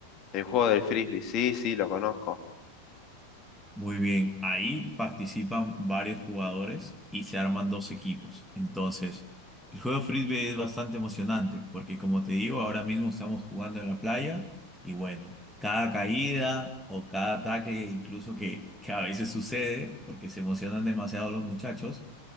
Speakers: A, on the left; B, in the centre.
A: El juego del frisbee, sí, sí, lo conozco.
B: Muy bien, ahí participan varios jugadores y se arman dos equipos. Entonces, el juego de frisbee es bastante emocionante porque, como te digo, ahora mismo estamos jugando en la playa y bueno, cada caída o cada ataque, incluso que, que a veces sucede, porque se emocionan demasiado los muchachos,